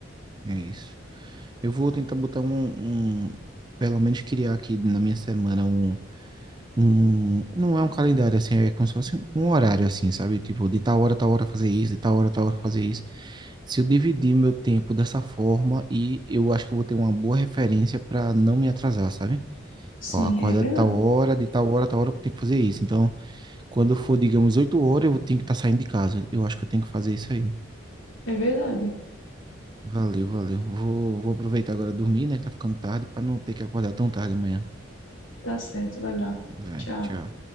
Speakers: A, on the right; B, on the left.
A: É isso. Eu vou tentar botar um, um- pelo menos criar aqui na minha semana um, um, não é um calendário assim, é como se fosse um horário assim, sabe? Tipo, de tal hora, tal hora fazer isso, de tal hora, tal hora fazer isso. Se eu dividir meu tempo dessa forma e eu acho que eu vou ter uma boa referência para não me atrasar, sabe?
B: Sim,
A: Ó, acordar
B: é verdade.
A: de tal hora, de tal hora, tal hora eu tenho que fazer isso. Então, Quando for, digamos, 8 horas, eu vou- tenho que estar saindo de casa. Eu acho que eu tenho que fazer isso aí.
B: É verdade.
A: Valeu, valeu. Vou, vou aproveitar agora dormir, né? Que tá ficando tarde, para não ter que acordar tão tarde amanhã.
B: Tá certo, vai lá.
A: Vai,
B: Tchau.
A: tchau.